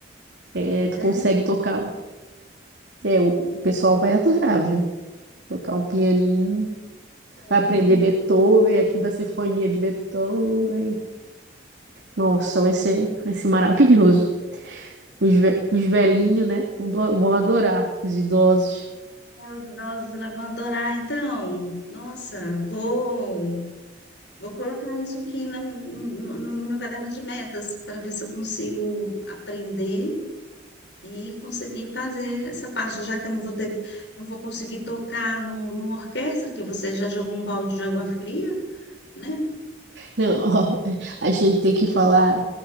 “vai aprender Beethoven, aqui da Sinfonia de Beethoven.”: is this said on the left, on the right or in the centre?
Right